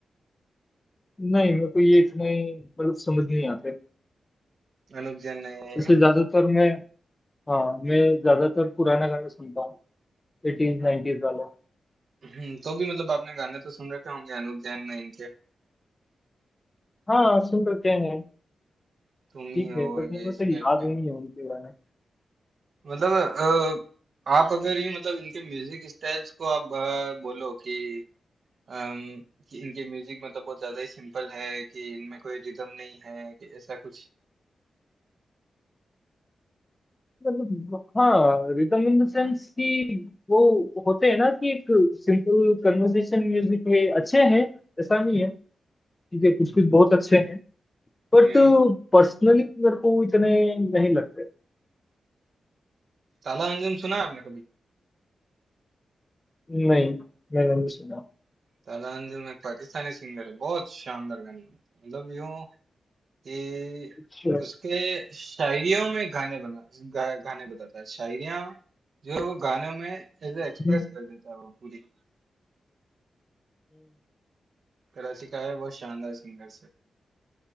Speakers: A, on the left; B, on the right.
A: नहीं मेरे को ये इतने मतलब समझ नहीं आते
B: अनूप जैन नहीं है
A: वैसे ज्यादातर मैं हाँ मैं ज्यादातर पुराना गाने सुनता हूँ एटीज नाइनटीज वाले
B: हम्म, तो भी मतलब आपने गाने तो सुन रखे होंगे अनूप जैन ने इनके
A: हाँ सुन रखे हैं
B: तुम ही
A: ठीक
B: हो
A: है बट
B: ये
A: मेरे को सही
B: इस टाइप
A: याद
B: के
A: नहीं है उनके बारे में
B: मतलब अ, आप अगर ये मतलब इनके म्यूजिक स्टाइल्स को आप अ, बोलो कि, अम, कि इनके म्यूजिक मतलब बहुत ज्यादा ही सिंपल है कि इनमें कोई रिदम नहीं है कि ऐसा कुछ
A: मतलब हाँ रिदम इन द सेंस कि वो होते हैं ना कि एक सिंपल कन्वर्सेशन म्यूजिक है अच्छे हैं ऐसा नहीं है ठीक है, कुछ कुछ बहुत अच्छे हैं बट
B: हम्म
A: पर्सनली मेरे को इतने नहीं लगते
B: ताला अंजुम सुना है आपने कभी
A: नहीं मैंने नहीं सुना
B: ताला अंजुम एक पाकिस्तानी सिंगर है बहुत शानदार गाने बनाता है मतलब यूं कि
A: अच्छा
B: उसके शायरियों में गाने बना गा, गाने बताता है शायरियां जो है वो गानों में एज
A: हम्म,
B: एक्सप्रेस कर देता है वो पूरी कराची का है बहुत शानदार सिंगर